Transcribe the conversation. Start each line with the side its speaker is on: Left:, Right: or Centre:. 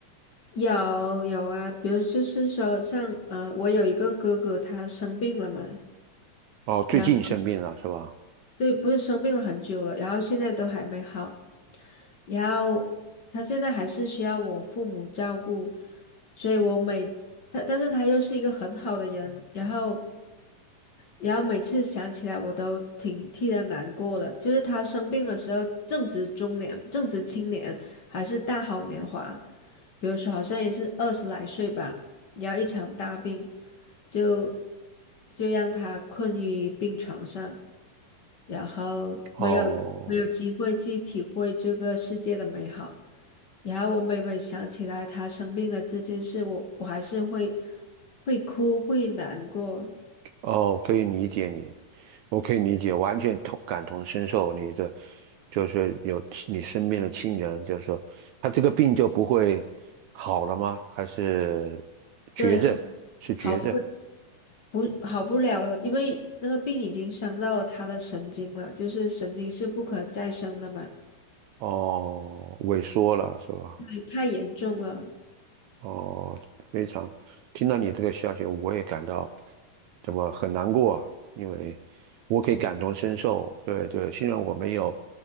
Left: 有有啊，比如就是说像，呃，我有一个哥哥，他生病了嘛，
Right: 哦，最近生病了是吧？
Left: 然后对，不是生病了很久了，然后现在都还没好，然后他现在还是需要我父母照顾，所以我每他，但是他又是一个很好的人，然后然后每次想起来我都挺替他难过的，就是他生病的时候正值中年，正值青年，还是大好年华，比如说好像也是二十来岁吧，然后一场大病。就就让他困于病床上，然后没有没有机会去体会这个世界的美好。
Right: 哦。
Left: 然后我每每想起来他生病的这件事，我我还是会会哭，会难过，
Right: 哦，可以理解你，我可以理解，完全同感同身受。你这就是有亲你身边的亲人，就是说他这个病就不会好了吗？还是绝症？
Left: 对，好
Right: 是绝症？
Left: 好不不好不了了，因为那个病已经伤到了他的神经了，就是神经是不可再生的嘛，
Right: 哦，萎缩了是吧？
Left: 对，太严重了。
Right: 哦，非常，听到你这个消息，我也感到怎么很难过，因为我可以感同身受。对对，虽然我没有，